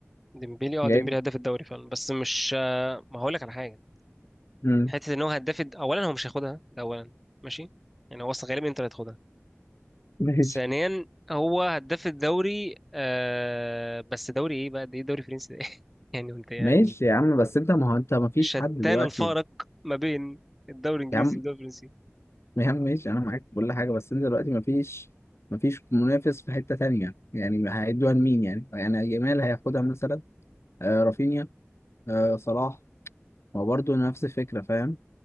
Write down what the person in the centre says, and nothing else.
ديمبلي اه
ديمبلي هداف الدوري فعلا بس مش آه، ما هقول لك على حاجه
حته ان هو هداف الد- اولا هو مش هياخدها ده اولا ماشي يعني هو اصلا غالبا انت اللي هتاخدها
ثانيا هو هداف الدوري آه بس دوري ايه بقى ده ايه دوري فرنسي ده ايه <laughs> يعني انت يعني
مش
شتان
الفارق ما بين الدوري الانجليزي
والدوري الفرنسي